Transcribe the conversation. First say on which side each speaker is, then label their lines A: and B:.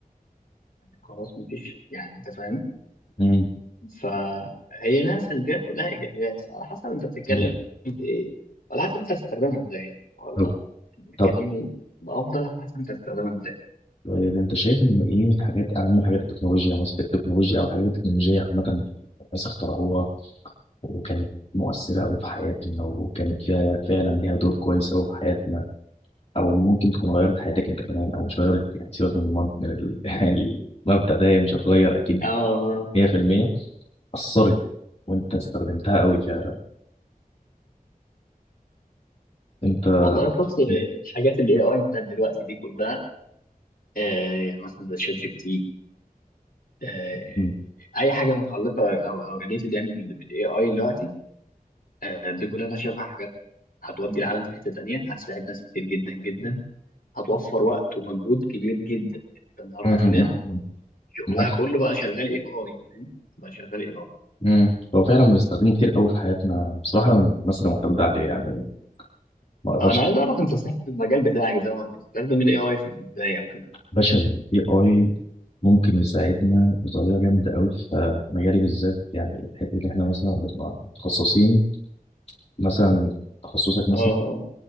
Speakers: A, on the left (about 70°); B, on the left (about 40°).
A: خلاص مفيش يعني انت فاهم
B: م-
A: فهي لها سلبيات ولها ايجابيات فعلى حسب انت بتتكلم
B: م-
A: في ايه وعلى حسب انت هتستخدمها ازاي ولا
B: طب
A: الكلام
B: طب
A: ال- الافضل على حسب انت هتستخدمها ازاي
B: طيب انت شايف ان ايه من حاجات اهم حاجات التكنولوجيا مثلا في التكنولوجيا او الحاجات التكنولوجيه عامه الناس اخترعوها وكانت مؤثره قوي في حياتنا وكانت فعلا فعلا ليها دور كويس قوي في حياتنا او ممكن تكون غيرت حياتك انت كمان او مش غيرت يعني سيبك من المن- من ال- <laughs> المبدا ده هي مش هتغير اكيد
A: اه
B: 100% اثرت وانت استخدمتها قوي فعلا انت
A: والله بص
B: م-
A: الحاجات اللي اي اي بتاعت دلوقتي دي كلها آه يعني مثلا زي شات جي بي تي آه
B: م-
A: اي حاجه متعلقه او او ريليتد يعني بالاي اي دلوقتي آه دي كلها انا شايفها حاجات هتودي العالم في حته تانيه هتساعد ناس كتير جدا جدا هتوفر وقت ومجهود كبير جدا انت النهارده
B: م-
A: في ناس
B: م-
A: شغلها
B: م-
A: كله بقى شغال اي اي فاهم؟ بقى شغال اي اي
B: امم هو فعلا بنستخدمه كتير قوي في حياتنا بصراحه انا من الناس اللي معتمده عليه يعني ما اقدرش
A: انا عايز اعرف انت صحيح في المجال بتاعك دوت بتستخدم الاي اي في ازاي او كده
B: باشا الاي اي ممكن يساعدنا بطريقه جامده قوي في مجالي بالذات يعني الحته اللي احنا مثلا بنبقى متخصصين مثلا تخصصك مثلا
A: اه